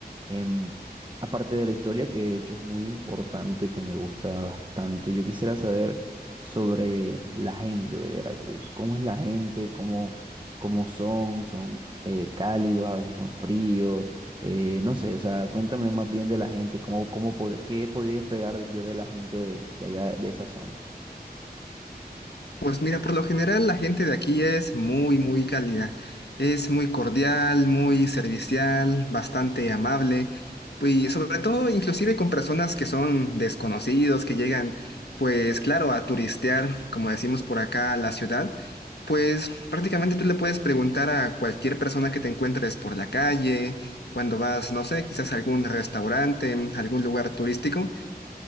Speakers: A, on the right; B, on the left.
A: Em, Aparte de la historia, que de hecho es muy importante, que me gusta bastante, yo quisiera saber sobre la gente de Veracruz. ¿Cómo es la gente? ¿Cómo, cómo son? ¿Son eh, cálidos? ¿A veces son fríos? Eh, no sé, o sea, cuéntame más bien de la gente, cómo, cómo pod- qué podría esperar yo de la gente de, de allá, de esa zona.
B: Pues mira, por lo general la gente de aquí es muy, muy cálida. Es muy cordial, muy servicial, bastante amable. Y sobre todo, inclusive con personas que son desconocidos, que llegan, pues claro, a turistear, como decimos por acá, a la ciudad. Pues prácticamente tú le puedes preguntar a cualquier persona que te encuentres por la calle, cuando vas, no sé, quizás a algún restaurante, algún lugar turístico